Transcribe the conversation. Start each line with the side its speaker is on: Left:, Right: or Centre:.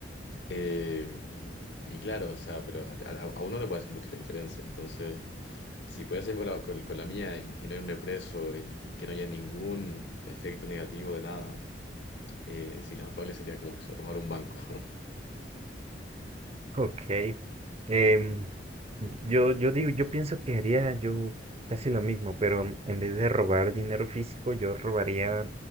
Left: Eh, y claro, o sea, pero a, a- a uno le puede hacer mucho la diferencia. Entonces, si puedo hacerme con la, con, con la mía y, y no irme preso y, y que no haya ningún efecto negativo de nada, eh, sí, lo más probable sería como eso, robar un banco.
Right: Ok. Em, yo, yo digo, yo pienso que haría yo casi lo mismo, pero en vez de robar dinero físico, yo robaría